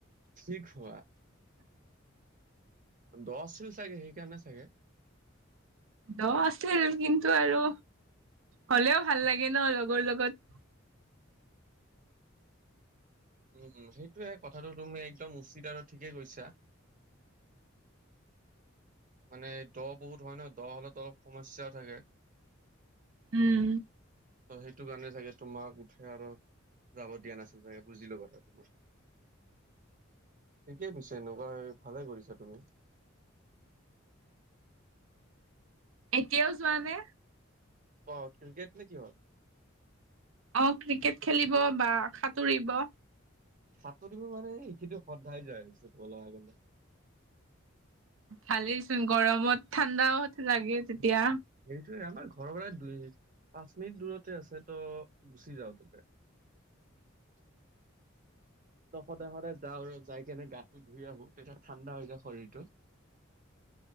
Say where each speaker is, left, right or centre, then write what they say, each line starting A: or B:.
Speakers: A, on the right (about 40°); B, on the right (about 75°).
A: কি কোৱা, দ আছিল চাগে সেইকাৰণে চাগে।
B: দ আছিল, কিন্তু আৰু হ'লেও ভাল লাগে ন, লগৰ লগত।
A: উম, উম সেইটোৱে কথাটো তুমি একদম উচিত, আৰু ঠিকেই কৈছা। মানে দ বহুত হ'য় ন, দ হ'লে অলপ সমস্যাও থাকে।
B: উম
A: ত সেইটো কাৰণে চাগে তোমাক উঠে আৰু যাব দিয়া নাছিল চাগে, বুজিলো কথাটো মই ঠিকেই পিছে এনেকুৱা ভালে কৰিছা তুমি
B: এতিয়াও যোৱা নে?
A: অ ক্ৰিকেট নে কিহত
B: অ ক্ৰিকেট খেলিব বা সাঁতুৰিব
A: সাঁতুৰিব মানে এইকেইদিন সদায় যাই আছোঁ কবলে গ'লে
B: ভালেচোন গৰমত ঠাণ্ডাও লাগে তেতিয়া
A: সেইটোৱে আমাৰ ঘৰৰ পৰাই দুই পাঁচ মিনিট দূৰতে আছে তো গুচি যাও তাতে <inaudible> ত সদায় সদায় যাওঁ আৰু যায় কেনে গাটো ধুই আহো তেতিয়া ঠাণ্ডা হৈ যায় শৰীৰটো